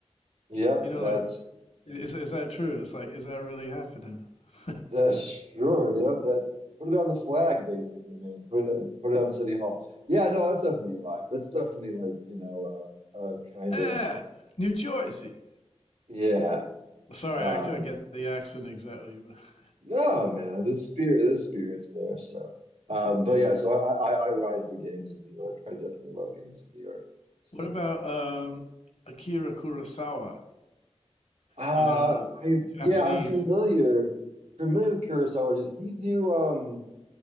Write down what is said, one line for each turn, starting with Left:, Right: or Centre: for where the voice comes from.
Right: yep,
Left: you know,
Right: that's
Left: like is is that true? It's like, is that really happening? <laughs>
Right: That's sure. Yep. That's put it on the flag, basically, man. Put it put it on City Hall. Yeah, no, that's definitely a vibe. That's definitely like, you know, uh, uh kind
Left: Eh,
Right: of
Left: New Jersey.
Right: yeah.
Left: Sorry,
Right: Um
Left: I couldn't get the accent exactly, but <laughs>
Right: no, man, the spirit the spirit's there. So um but
Left: yeah.
Right: yeah, so I I, I ride for gangs in New York. I definitely love gangs in New York. So
Left: What about um, Akira Kurosawa?
Right: uh
Left: You know,
Right: I
Left: Japanese.
Right: yeah, I'm familiar familiar with Kurosawa. Did he do um